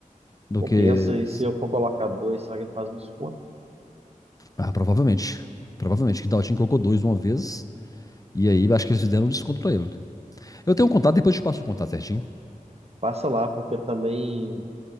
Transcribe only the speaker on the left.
Do
que...
Ah, provavelmente. Provavelmente, que Daltin colocou dois uma vez, e aí acho que eles fizeram um desconto pra ele. Eu tenho um contato, depois eu te passo o contato certinho.